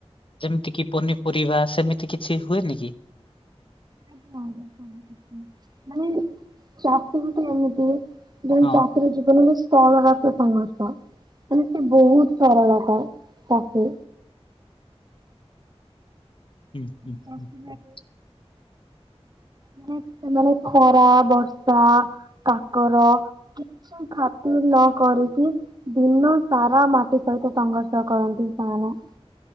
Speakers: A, on the left; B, on the right.
A: ଯେମିତି କି ପନିପରିବା ସେମିତି କିଛି ହୁଏନି କି।
B: ହଁ ମାନେ ଚାଷୀ ବି ତ ଏମିତି ଯ
A: ହଁ
B: ଚା ସି ଜୀବନ ବି ସଳ ରା ସଂଘର୍ଷ। ମାନେ ସେ ବହୁତ ସରଳତା ତାକୁ।
A: ହୁଁ ହୁଁ ହୁଁ
B: ଚାଷୀ
A: ହଁ।
B: ନାଇ ସେମାନେ ଖରା ବର୍ଷା କାକର। କିଛି ବି ଖାତିରି ନ କରିକି। ଦିନ ସାରା ମାଟି ସହିତ ସଂଘର୍ଷ କରନ୍ତି ସେମାନେ।